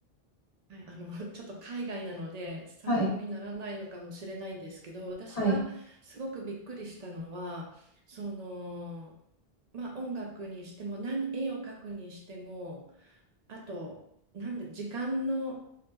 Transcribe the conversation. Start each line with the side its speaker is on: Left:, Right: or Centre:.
Right: はい、あの、<laughs> ちょっと海外なので参考にならないのかもしれないんですけど、
Left: はい、
Right: 私がすごくびっくりしたのは、
Left: はい、
Right: その、まあ音楽にしても、何、絵を描くにしても、あと、なんで、時間の